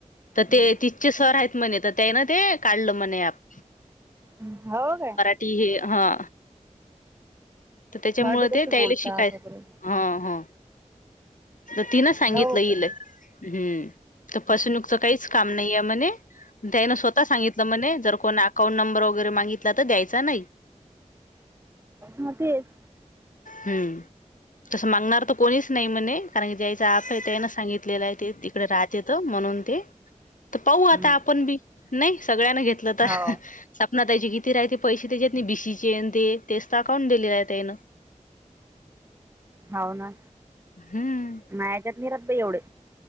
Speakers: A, on the left; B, on the right.
A: तर
B: हं,
A: ते तिथचे सर आहेत म्हणे तर त्या ना ते काढलं म्हणे आप
B: हो का.
A: ती हे हा. तर त्याच्यामुळे
B: मराठी
A: ते
B: कशी
A: त्याला
B: बोलतात
A: शिकाय
B: वगैरे
A: हा हा. तर तिनं सांगितलं
B: हो
A: हीले
B: काय
A: हम्म. तर फसवणूकचं काहीच काम नाही आहे म्हणे दनं स्वतः सांगित त म्हणे जर कोणा अकाउंट नंबर वगैरे मागितला तर द्यायचा नाही.
B: म तेच.
A: हम्म तस मागणार तर कोणीच नाही म्हणे कारण की दयायचा त्यान सांगितलेलं आहे ते तिकडे राज येतो म्हणून ते तर पाहू
B: हं.
A: आता आपण बी नाही सगळ्यांने घेतलं तर.
B: हो
A: सपना ताईचे किती राहते पैसे त्याच्यात नाही बीसीचे तेच तर अकाउंट दिले आहे त्यांन
B: होव ना
A: हम्म.
B: नाही याच्यात नि रद् एवढे